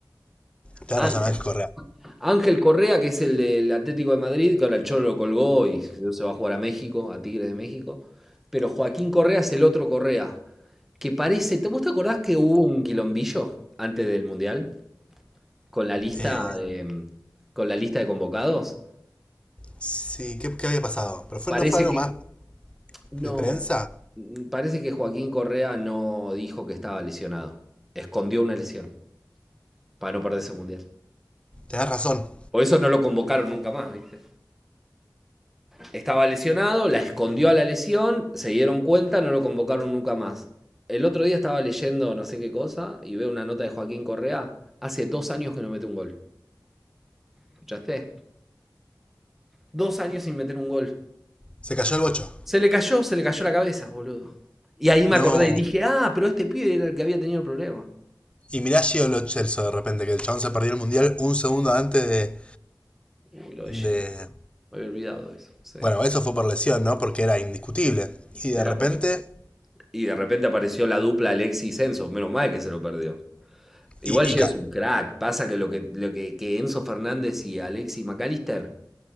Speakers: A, on the left; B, in the centre.
A: tenés
B: Ángel.
A: razón, Ángel Correa.
B: Ángel Correa, que es el del Atlético de Madrid, que ahora el Cholo lo colgó y se va a jugar a México, a Tigres de México. Pero Joaquín Correa es el otro Correa, que parece. ¿te- ¿Vos te acordás que hubo un quilombillo antes del Mundial? Con la lista
A: Eh,
B: de. Con la lista de convocados.
A: sí, ¿qué, qué había pasado? ¿Pero fue,
B: Parece
A: no fue algo
B: que.
A: más
B: No.
A: de prensa?
B: mm, Parece que Joaquín Correa no dijo que estaba lesionado. Escondió una lesión para no perderse el Mundial.
A: Tenés razón.
B: Por eso no lo convocaron nunca más, ¿viste? Estaba lesionado, la escondió a la lesión, se dieron cuenta, no lo convocaron nunca más. El otro día estaba leyendo no sé qué cosa y veo una nota de Joaquín Correa. Hace dos años que no mete un gol. ¿Escuchaste? Dos años sin meter un gol.
A: Se cayó el bocho.
B: Se le cayó, se le cayó la cabeza, boludo. Y ahí me
A: No.
B: acordé y dije, ah, pero este pibe era el que había tenido el problema.
A: Y mirá Gio Lo Celso de repente, que el chabón se perdió el mundial un segundo antes de,
B: Uy, lo de Gio.
A: de-
B: Me había olvidado de eso. Sí.
A: Bueno, eso fue por lesión, ¿no? Porque era indiscutible. Y de
B: Era
A: repente.
B: por la Y de repente apareció la dupla Alexis y Enzo. Menos mal que se lo perdió. Igual
A: Y,
B: Gio
A: y ca-
B: es un crack. Pasa que lo que, lo que, que Enzo Fernández y Alexis Mac Allister